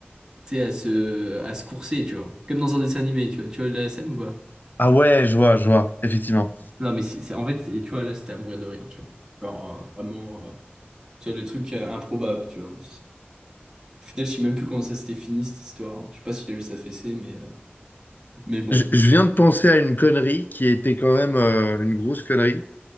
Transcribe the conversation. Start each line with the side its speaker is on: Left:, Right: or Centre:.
Right: Tu sais, à se, à se courser, tu vois. Comme dans un dessin animé, tu vois. Tu vois la scène ou pas?
Left: Ah ouais, je vois, je vois, effectivement.
Right: Non, mais c'est, c'est- en fait, et tu vois, là, c'était à mourir de rire, tu vois. Genre, euh, vraiment, euh, tu vois, le truc euh, improbable, tu vois. Au final, je sais même plus comment ça s'était fini, cette histoire. Je sais pas s'il a eu sa fessée, mais, euh, mais bon.
Left: Je, je viens de penser à une connerie qui était quand même euh, une grosse connerie.